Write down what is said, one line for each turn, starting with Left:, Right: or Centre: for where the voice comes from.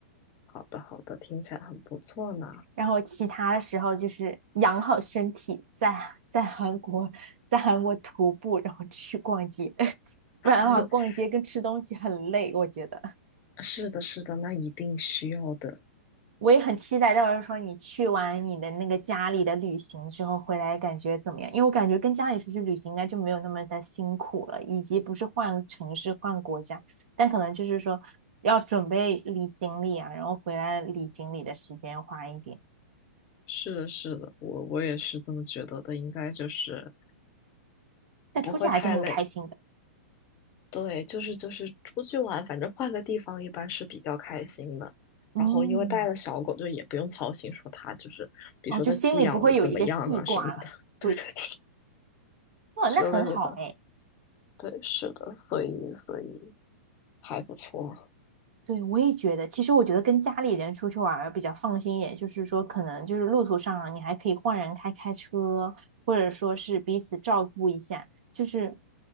Left: 好的好的，听起来很不错呢。
Right: 然后其他的时候就是养好身体，在在韩国在韩国徒步，然后去逛街，<laughs> 不然的话逛街跟吃东西很累，
Left: <laughs>
Right: 我觉得。
Left: 是的，是的，那一定需要的。
Right: 我也很期待，到时候说你去完你的那个家里的旅行之后回来感觉怎么样？因为我感觉跟家里出去旅行应该就没有那么的辛苦了，以及不是换城市换国家，但可能就是说要准备理行李啊，然后回来理行李的时间花一点，
Left: 是的，是的，我我也是这么觉得的，应该就是
Right: 但出去还是很开心的。
Left: 不会太累。对，就是就是出去玩，反正换个地方一般是比较开心的。
Right: 嗯。
Left: 然后因为带了小狗，就也不用操心说它就是，比如说它寄养的怎么样啊什么的，
Right: 哦，就心里不会有一个记挂了。对的，
Left: <laughs> 对对对
Right: 哇，
Left: 之类的。
Right: 那很好哎。
Left: 对，是的，所以所以还不错。
Right: 对，我也觉得，其实我觉得跟家里人出去玩儿比较放心一点，就是说可能就是路途上你还可以换人开开车，或者说是彼此照顾一下，就是